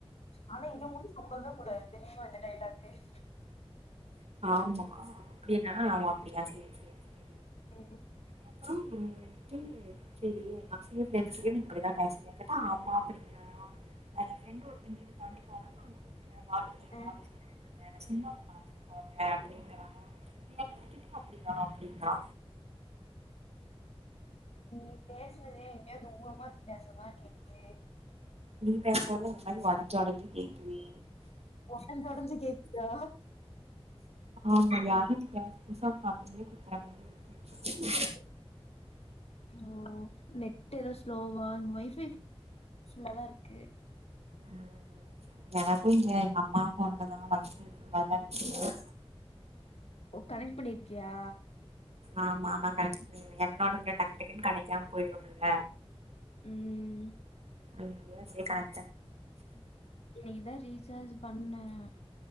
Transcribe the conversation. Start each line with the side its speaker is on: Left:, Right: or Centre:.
Left: ஆனா இத மட்டும் நம்பவே கூடாது தெரியமா வந்துட்டேன் இப்ப தெரிஞ்
Right: ஆமா அப்டினா அவ அப்டியா செரி செரி செரி
Left: ம்
Right: அப்புறோ என்ட்டு செரி நா பசங்க ஃப்ரண்ட்ஸ்ல இப்டி தா பேசுவியான்னு கேட்டா ஆமா அப்டிங்கிறா நா எ ஃப்ரெண்ட் ஒருத்த வீட தாண்டி போனா <unintelligible> நா
Left: ஆ
Right: சும்மா உன்ன பாத்துட்டு போறே அப்டிங்கறானா நீங்க எல்லார்கிட்டயும் அப்டி தா
Left: நீங்க பேசரதே எங்கயோ தூரமா பேசற மாரி கேக்குதே
Right: நீ பேசறது ஒரு மாரி ஒடஞ்சி ஒடஞ்சி கேக்குதே
Left: ஒடஞ்சி ஒடஞ்சி கேக்குதா
Right: ஆமா யாரோ பேச பேச <unintelligible>
Left: ஓ நெட் எதா ஸ்லோவா இந்த ஒய்ஃபைலா தா இருக்கு
Right: ம்ம் எனக்கு இங்க எங்க அம்மாக்கு ஒன்னு தா ஒய்ஃபை ஃபுல்லா தா இருக்கு
Left: ஓ கனெக்ட் பண்ணிருக்கியா
Right: ஆமா ஆமா கனெக்ட் பண்ணிருக்க என்னோட இங்க டக்குட்டுக்குன்னு கடைக்காம போயிரும்ல
Left: ம்ம்
Right: அன்னால சேரி கனெ
Left: இன்னைக்கு தா ரீசார்ஜ் பண்ணேன்